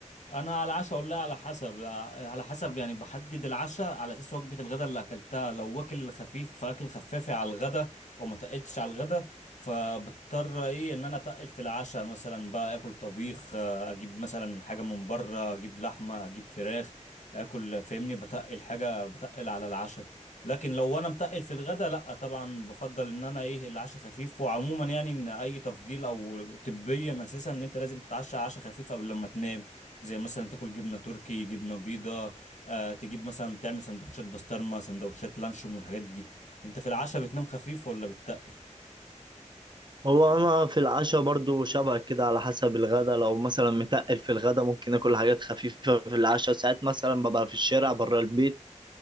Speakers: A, on the left; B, on the right.
A: انا على العشاء والله على حسب على حسب يعني بحدد العشاء على اساس وجبه الغداء اللي اكلتها لو واكل خفيف فاكل خفافي على الغداء او ما تقلتش على الغداء فبضطر ايه ان انا اتقل في العشاء مثلا بقى اكل طبيخ آه، اجيب مثلا حاجه من بره اجيب لحمه اجيب فراخ اكل فاهمني بتقل حاجه بتقل على العشاء لكن لو انا متقل في الغداء لا طبعا بفضل ان انا ايه العشاء خفيف وعموما يعني ان اي تفضيل او طبيا اساسا ان انت لازم تتعشى عشاء خفيف قبل لما تنام زي مثلا تاكل جبنه تركي جبنه بيضه آه تجيب مثلا تعمل سندوتشات بسطرمه سندوتشات لانشون والحاجات دي انت في العشاء بتنام خفيف ولا بتتقل
B: هو أنا في العشاء برضو شبه كده على حسب الغدا لو مثلا متقل في الغدا ممكن آكل حاجات خفيفة في العشاء ساعات مثلا ببقى في الشارع بره البيت